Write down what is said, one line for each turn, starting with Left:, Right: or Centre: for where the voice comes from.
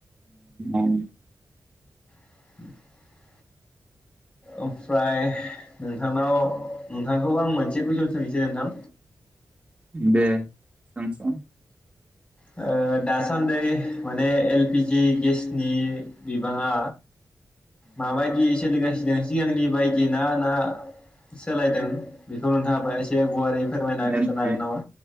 Right: अम
Left: <inaudible> ओमफ्राय नोंथांनाव नोंथांखौ आं मोनसे कुयसन सोंनोसै नोंथां
Right: दे सोंसन
Left: ओ दासान्दै माने एल पि जि गेसनि बिबाङा माबायदियै सोलिगा सिगांनि बायदि ना-ना सोलायदों बेखौ नोंथाङा बाय एसे गुवारै फोरमायना खिन्थानो
Right: एल पि
Left: हागोन नामा?